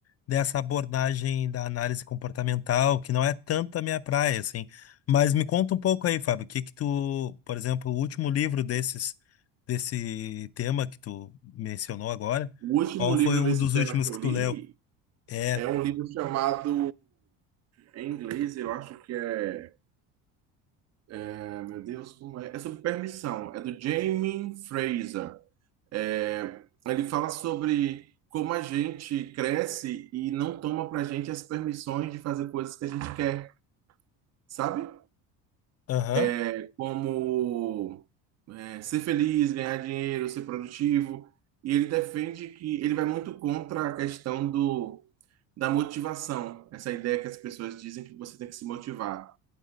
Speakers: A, on the left; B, on the right.
A: dessa abordagem da análise comportamental, que não é tanto a minha praia, assim. Mas me conta um pouco aí, Fábio, o que que tu, por exemplo, o último livro desses, desse tema que tu mencionou agora,
B: O último
A: qual
B: livro
A: foi um
B: desse
A: dos
B: tema
A: últimos
B: que eu
A: que
B: li
A: tu leu? É.
B: é um livro chamado, em inglês, eu acho que é, é, meu Deus, como é? É sobre permissão. É do Jamie Fraser. É, ele fala sobre como a gente cresce e não toma pra gente as permissões de fazer coisas que a gente quer, sabe?
A: Aham,
B: É como é, ser feliz, ganhar dinheiro, ser produtivo. E ele defende que ele vai muito contra a questão do, da motivação, essa ideia que as pessoas dizem que você tem que se motivar.